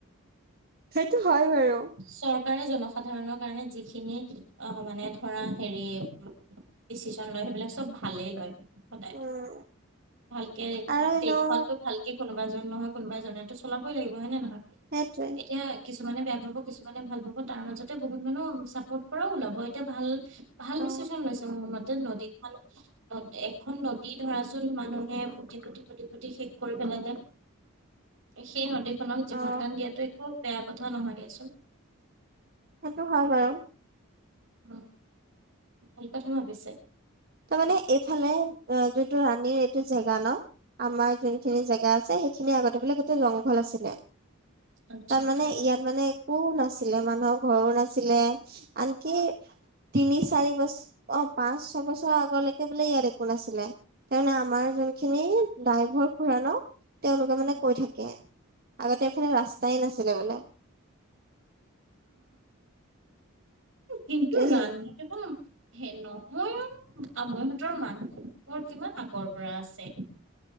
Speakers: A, on the right (about 45°); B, on the right (about 65°).
A: সেইটো হয় বাৰু।
B: চৰকাৰে জনসাধাৰণৰ কাৰণে যিখিনি অ, মানে ধৰা হেৰি ডিচিছন লয় সেইবিলাক চব ভালেই লয়। সদায়
A: উম
B: ভালকে
A: আৰু এনেও
B: দেশখনটো ভাল কে কোনোবা এজন নহয় কোনোবাই এজনেতো চলাবই লাগিব হয় না নহয়।
A: সেইটোৱে।
B: এতিয়া কিছুমানে বেয়া পাব কিছুমানে ভাল পাব তাৰ মাজতে বহুত মানুহ চাপৰ্ট কৰাও ওলাব এতিয়া ভাল ভাল
A: অ
B: ডিচিচন লৈছে মোৰ মতে নদীখন নদ এক এখন নদী ধৰাচোন মানুহে পুটি - পুটি - পুটি - পুটি শেষ কৰি পেলালে। সেই নদীখনক জীৱনদান
A: অ
B: দিয়াটো একো বেয়া কথা নহয় দিয়াচোন।
A: সেইটো হয় বাৰু।
B: অ, ভাল কথা ভাবিছে।
A: তাৰ মানে এইফালে অ, যোনটো ৰাণীৰ এইটো জেগা ন আমাৰ যোনখিনি জেগ জেগা যে সেইখিনি আগতে বোলে গোটেই জংঘল আছিলে
B: আচ্ছা
A: তাৰ
B: আচ্ছা
A: মানে ইয়াত মানে একো নাছিলে মানুহৰ ঘৰো নাছিলে আনকি তিনি চাৰি বছ অ, পাচ ছয় বছ <unintelligible> ছৰ আগলৈকে বোলে ইয়াত একো নাছিলে তাৰমানে আমাৰ যোনখিনি ডাইভৰ খুৰা ন। তেওঁলোকে মানে
B: অ
A: কৈ থাকে আগতে এইফালে ৰাস্তাই নাছিলে বোলে।
B: কিন্তু
A: তাৰপিছত
B: ৰাণী দেখোন হে নহয়ো আমৈ হতৰ মানুহৰ এঘৰ কিমান আগৰ পৰা আছে।